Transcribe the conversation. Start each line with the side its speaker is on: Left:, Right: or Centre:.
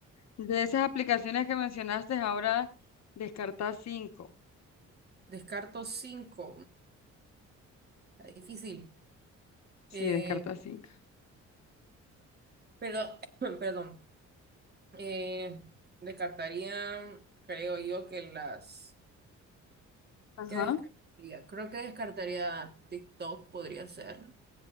Left: de esas aplicaciones que mencionaste, ahora descartas cinco.
Right: Descarto 5. está difícil.
Left: Sí,
Right: Eh,
Left: descartas cinco.
Right: pero, <clears throat> perdón. Eh, descartaría, creo yo que las...
Left: Ajá.
Right: ¿Qué descartaría? Creo que descartaría TikTok, podría ser.